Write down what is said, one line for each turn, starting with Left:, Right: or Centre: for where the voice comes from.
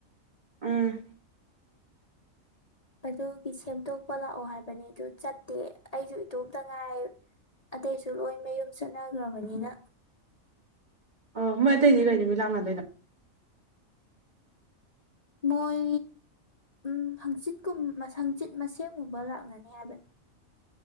Right: ꯎꯝ
Left: ꯑꯗꯨꯒꯤ ꯁꯦꯝꯗꯣꯛꯄ ꯂꯥꯛꯑꯣ ꯍꯥꯏꯕꯅꯦ ꯑꯗꯨ ꯆꯠꯇꯦ ꯑꯩꯁꯨ ꯏꯇꯣꯝꯇ ꯉꯥꯏ ꯑꯇꯩꯁꯨ ꯂꯣꯏ ꯃꯌꯨꯝ ꯆꯠꯅꯈ꯭ꯔꯕꯅꯤꯅ
Right: ꯑꯣ ꯃꯣꯏ ꯑꯇꯩꯗꯤ ꯀꯩꯗ ꯃꯤ ꯂꯥꯛꯅꯗꯣꯏꯅꯣ
Left: ꯃꯣꯏ ꯎꯝ ꯍꯪꯆꯤꯠꯀꯨꯝ ꯍꯪꯆꯤꯠ ꯃꯁꯦꯝꯒꯨꯝꯕ ꯂꯥꯛꯅꯅꯤ ꯍꯥꯏꯕꯅꯤ